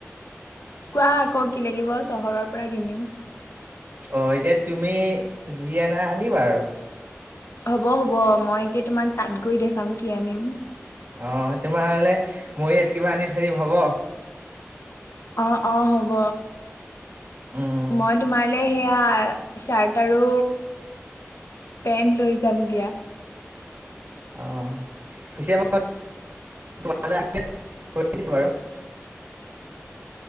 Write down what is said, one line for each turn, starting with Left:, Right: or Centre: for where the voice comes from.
Left: কোৱা আকৌ কি লাগিব? চহৰৰ পৰা কিনিম।
Right: অ এতিয়া তুমি যি অনা আনিবা আৰু।
Left: হ'ব, হ'ব মই কি তোমাক তাত গৈ দেখাম কি আনিম।
Right: অঁ, তোমাৰলে মই ইয়াত কিবা আনি থৈ দিম হ'ব?
Left: অ অ হব
Right: উম
Left: মই তোমাৰলে সে এয়া চাৰ্ট আৰু পেন্ট লৈ যাম দিয়া।
Right: আঁ - পিছেবাৰত তোমালে আনি দিম। <unintelligible> কৰি দিছো বাৰু